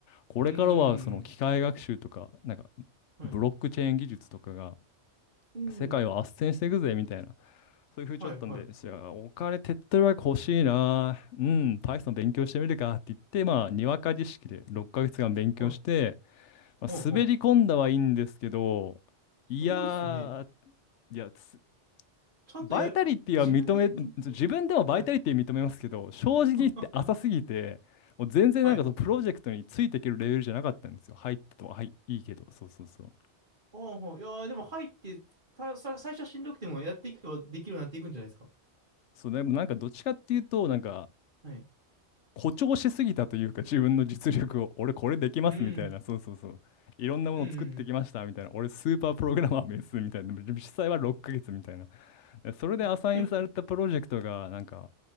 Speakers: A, on the left; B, on the right.
A: これからはその機械学習とか、
B: ーん。
A: なんか
B: はい。
A: ブロックチェーン技術とかが
B: うん。
A: 世界を斡旋していくぜみたいな。そういう風潮だったんですよ、
B: はい、はい、
A: じゃあお金手っ取り早く欲しいな、うん、Python 勉強してみるかって言って、まあ、にわか知識で6ヶ月間勉強して、
B: はい。
A: まあ、
B: はい、
A: 滑り込んだはいいんですけど、
B: はい。すごいですね。
A: いやー、いや、つ
B: ちゃんとやり、
A: バイタリティは認め、
B: 自分で勉強。
A: 自分でもバイタリティ認めますけど、
B: はい。
A: 正直言って浅すぎて、
B: <laughs>
A: もう全然なんかそのプロジェクトについていけるレベルじゃなかったんですよ。
B: はい。
A: 入ってとは、はい、いいけど、そうそうそう。
B: ああ、はいいやーでも入って、た、さ、最初はしんどくてもやっていけばできるようになっていくんじゃないですか。
A: そう、でもなんかどっちかっていうと、なんか
B: はい。
A: 誇張しすぎたというか、自分の実力を、俺これできますみたいな、
B: うん。
A: そうそうそう。いろんなものを作ってきましたみたいな、
B: うん。うん。
A: 俺スーパープログラマーですみたいな、でも実際は6ヶ月みたいな。でそれでアサインされたプロジェクトが、
B: <laughs>
A: なんか、